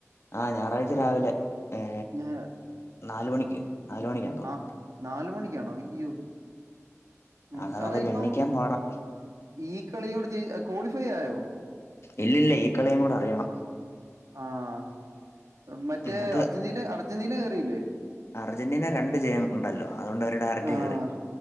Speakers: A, on the left; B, on the right.
A: ആ ഞായറാഴ്ച രാവിലെ ഏ
B: ഞായർ
A: നാല് മണിക്ക് നാലുമണിക്കാ തോന്നുന്നു
B: ആഹ് നാല് മണിക്കാണോ അയ്യോ ഉം
A: അങ്ങനത്
B: എടാ
A: ഗണ്ണിക്കാൻ
B: ഇപ്പം
A: പാടാ
B: ഈ കളിയോട് <unintelligible> ക്വാളിഫൈ ആയോ?
A: ഇല്ല ല്ല ഈ കളിയും കൂടെ അറിയണം.
B: ആഹ. മറ്റേ
A: അത്
B: അർജന്റീന അർജന്റീന കയറിയില്ലേ?
A: അർജന്റീന രണ്ട് ജയം ഉണ്ടല്ലോ. അതുകൊണ്ട് അവര് ഡയറക്ട്
B: ആഹ്
A: കയറി.